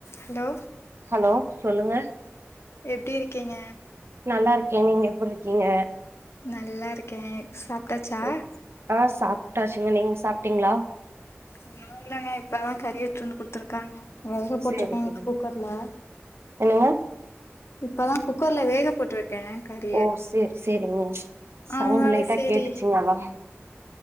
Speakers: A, on the left (about 65°); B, on the right (about 60°).
A: ஹலோ
B: ஹலோ சொல்லுங்க
A: எப்டி இருக்கீங்க?
B: நல்லா இருக்கேன் நீங்க எப்டி இருக்கீங்க?
A: நல்லா இருக்கேன் சாப்ட்டாச்சா
B: சரி. ஆ சாப்ட்டாச்சுங்க நீங்க சாப்ட்டீங்ளா
A: இன்னு இல்லங்க இப்பதா கறி எடுத்துட்டு வந்து குடுத்துருக்காங்க வேக போட்ருக்கங்க
B: சேரி சேரி
A: குக்கர்ல
B: என்னங்க
A: இப்பதா குக்கர்ல வேக போட்ரு க்கே கறி
B: ஓ சேர் சேரிங்க சவுண்டு
A: அதனால
B: லைட்டா
A: சேரி
B: கேட்டுச்சுங்க அதா